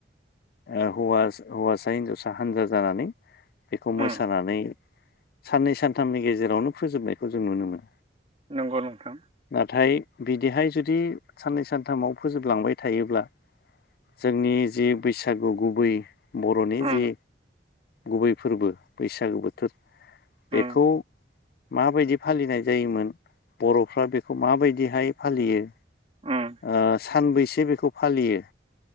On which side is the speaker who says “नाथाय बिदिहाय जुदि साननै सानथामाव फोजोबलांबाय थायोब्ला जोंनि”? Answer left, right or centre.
Left